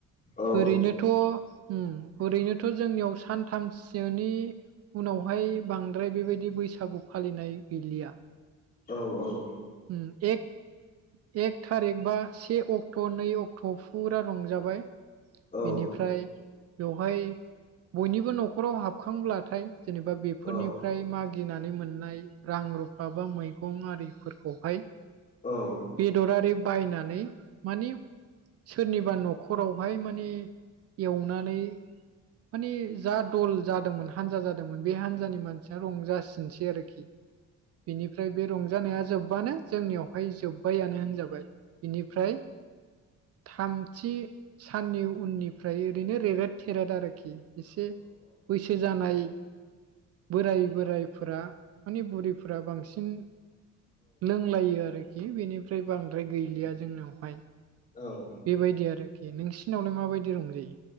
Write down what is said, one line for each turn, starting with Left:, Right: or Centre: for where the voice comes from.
Left: औ
Right: ओरैनोथ' उम ओरैनोथ' जोंनियाव सानथामसोनि उनावहाय बांद्राय बेबादि बैसागु फालिनाय गैलिया
Left: औ औ
Right: उम एक एक थारिक बा से अक्ट' नै अक्ट' फुरा रंजाबाय
Left: औ
Right: बेनिफ्राय बेवहाय बयनिबो न'खराव हाबखांब्लाथाय जेनेबा बेफोरनिफ्राय
Left: औ औ
Right: मागिनानै मोननाय रां रुफा बा मैगं आरिफोरखौ हाय
Left: जोंनाबो
Right: बेदरारि बायनानै माने सोरनिबा न'खराव हाय माने एवनानै माने जा दल जादोंमोन हानजा जादोंमोन बे हानजानि फ्रा मानसिया रंजासिनसै आरोखि बेनिफ्राय बे रंजानाया जोब्बानो जोंनियावहाय जोब्बायानो होनजाबाय बिनिफ्राय थामथि साननि उननिफ्राय ओरैनो रेगेट थेरेद आरोखि एसे बैसो जानाय बोराय बोरायफोरा माने बुरैफोरा बांसिन लोंलायो आरोखि बेनिफ्राय बांद्राय गैलिया जोंनावहाय
Left: औ
Right: बेबायदि आरोखि नोंसिनावलाय माबायदि रंजायो